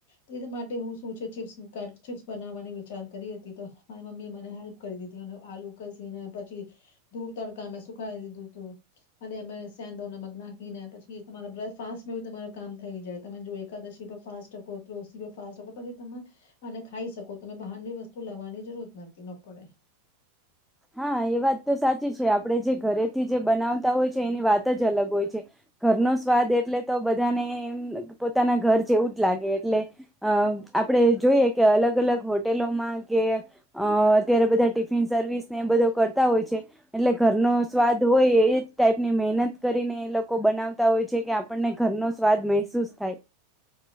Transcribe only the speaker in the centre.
હા એ વાત તો સાચી છે આપણે જે ઘરેથી જે બનાવતા હોય છે એની વાત જ અલગ હોય છે ઘરનો સ્વાદ એટલે તો બધાને એ પોતાના ઘર જેવું જ લાગે એટલે અ આપડે જોઈએ કે અલગ અલગ હોટેલોમાં કે અ અત્યારે બધા ટિફિન સર્વિસ એ બધો કરતા હોય છે એટલે ઘરનો સ્વાદ હોય એ જ ટાઈપની મહેનત કરીને એ લોકો બનાવતા હોય છે કે આપણને ઘરનો સ્વાદ મહેસૂસ થાય